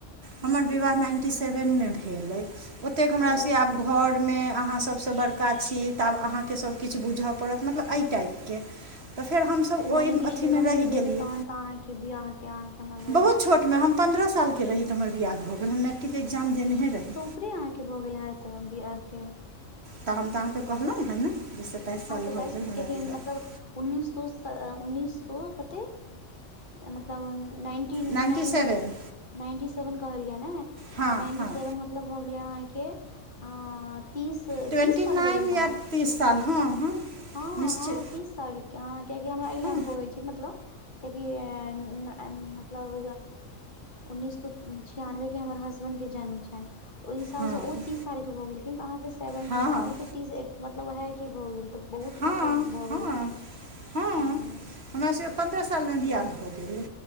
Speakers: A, on the left; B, on the right.
A: हँ
B: हमर विवाह नाइन्टी सेवन मे भेल अय ओतेक हमरासे
A: ओ
B: आब घरमे अहाँ सभसँ बड़का छी तऽ आब अहाँके सभ किछ बुझऽ पड़त मतलब एहि टाइपके तऽ फेर हमसभ ओहि
A: नाइन्टी
B: अथी
A: सेवन
B: मे रहि
A: भेलै
B: गेलियै
A: तहन तऽ अहाँके बियाहके अहाँके हमरा लागैये
B: बहुत छोट छोटमें हम पन्द्रह सालके रही तऽ हमर बिआाह भऽ गेल हम मैट्रिक एक्जाम देनेहि रही
A: उपरे आहके भऽ गेल है त बियाह के
B: तऽ हम तऽ अहाँके कहलहुँं हँ ने जे सत्ताइस साल
A: हँ सताइसके
B: हो गेल हमरा विवाह
A: मतलब उन्नीस सौ उन्नीस सौ कते उ मतलब ninety nine
B: ninety seven
A: ninety seven कहलिया ने
B: हँ
A: नाइंटी
B: हँ
A: सेवन मत मतलब भ गेले अहाँके अ तीस
B: ट्वेन्टी
A: तीस साल
B: नाइन
A: भ गेल
B: या
A: तहन
B: तीस साल हँ हँ
A: हँ
B: निश्चित
A: हँ तीस सालके ह कियकि हमरा अइले
B: हँ
A: हम कहै छी मतलब कियकि अ न न मतलब उन्नीस सए छियानबे के हमर हसबैंड के जन्म छैन तऽ ओहि हिसाबसँ
B: हँ
A: ओ तीस सालके भऽ गेलखिन तऽ अहाँके सेवन्थ
B: हँ
A: तऽ अहूँके तीस एक मतलब ओएहके भऽ गेल तऽ बहुत
B: हँ
A: मतलब भऽ
B: हँ
A: गेल
B: हँ
A: ह
B: हमरा सबके पन्द्रह साल मे बियाह भो गेले